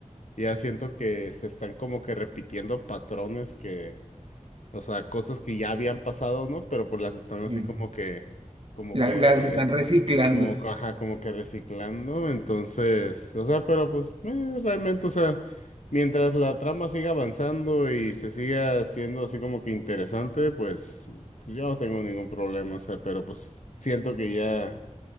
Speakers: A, on the left; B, on the right.
A: Ya siento que se están como que repitiendo patrones que, o sea, cosas que ya habían pasado, ¿no? Pero pues las están así
B: sí.
A: como que, como
B: La-
A: que,
B: las están reciclando.
A: como, que, ajá, como que reciclando. Entonces, o sea, pero pues eh, realmente, o sea, mientras la trama siga avanzando y se siga siendo así como que interesante, pues yo no tengo ningún problema, o sea, pero pues siento que ya